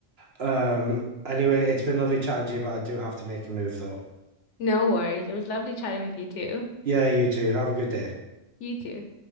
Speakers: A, on the right; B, on the left.
A: Um, anyway, it's been lovely chatting to you, but I do have to make a move though.
B: No worries. It was lovely chatting with you too.
A: Yeah, you too. Have a good day.
B: You too.